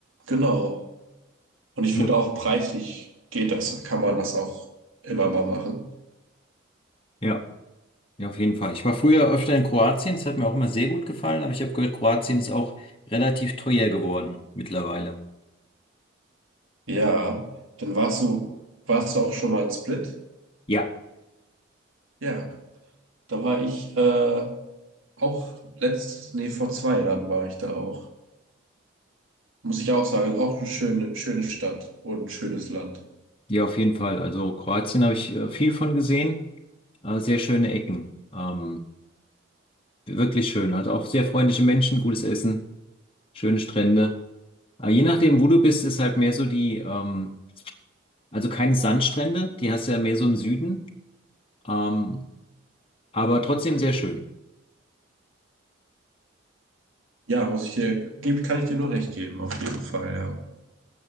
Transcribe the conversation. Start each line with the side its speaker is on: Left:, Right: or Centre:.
Right: genau. Und ich
Left: Mu-
Right: finde auch preislich geht das, kann man das auch immer mal machen.
Left: Ja. Ja, auf jeden Fall. Ich war früher öfter in Kroatien, das hat mir auch immer sehr gut gefallen, aber ich habe gehört, Kroatien ist auch relativ teuer geworden mittlerweile.
Right: Ja, dann warst du, warst du auch schon mal in Split?
Left: Ja,
Right: Ja, da war ich äh, auch letztes, nee, vor zwei Jahren war ich da auch. Muss ich auch sagen, auch eine schöne, schöne Stadt und ein schönes Land.
Left: Ja, auf jeden Fall. Also Kroatien habe ich äh, viel von gesehen, äh, sehr schöne Ecken. Ähm, wirklich schön, hat auch sehr freundliche Menschen, gutes Essen, schöne Strände. Äh, je nachdem, wo du bist, ist halt mehr so die, ähm, also keine Sandstrände, die hast du ja mehr so im Süden, ähm, aber trotzdem sehr schön.
Right: Ja, muss ich dir, gebe, kann ich dir nur recht geben, auf jeden Fall, ja.